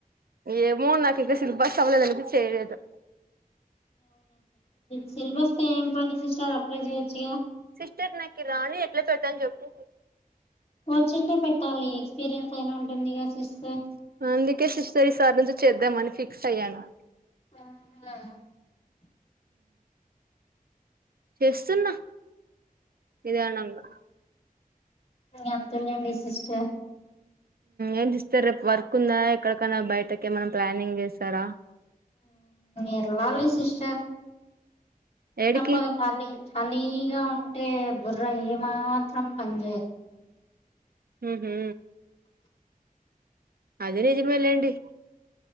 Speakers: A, on the right; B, on the left.
A: ఏమో నాకు ఇక సిల్బస్ ఎవలేదంచి చేయదు
B: సిలబస్తో ఏం పని సిస్టర్ అప్లై చేయొచ్చుగా
A: సిస్టర్ నాకి రాను ఎట్లా పెడుతా చెప్పు
B: కోచింగ్ే పెట్టాలి ఎక్స్పీరియన్స్ అయినా ఉంటుంది కసిస్తే
A: అందుకే శరి సార్ నుంచి చేద్దామని ఫిక్స్ అయ్యాను
B: స
A: చేస్తున్నా ఇదినాంగా
B: ఎంతలండి సిస్టర్
A: ఏం చేస్తారు రేపు వర్క్ ఉందా ఎక్కడికైనా బయటకే ఏమనా ప్లానింగ్ చేస్తారా
B: ఎర్లాలి సిస్టర్
A: ఏడికి
B: చప్పప్పల్ నీ నీ ఇగా ఉంటే బుర్ర ఏమాత్రం పని చేయ
A: హ హ అదిే నిజమేలండి